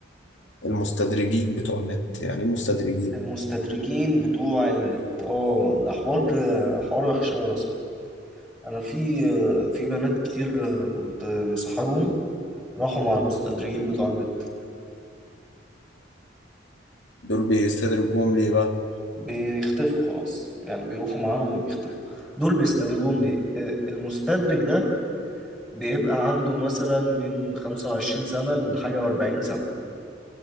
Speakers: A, on the left; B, in the centre.
A: المستدرجين بتوع النت يعني ايه مستدرجين
B: المستدرجين بتوع النت اه ده حوار حوار وحش أوي يا اسطى انا في في بنات كتير كنت مصاحبهم راحوا مع المستدرجين بتوع النت
A: دول بيستدرجوهم ليه بقى
B: بيختفوا خلاص يعني بيروحوا معاهم وبيختفوا دول بيستدرجوهم ليه؟ آه، المستدرج ده بيبقى عنده مثلا من 25 سنة لحاجة و40 سنة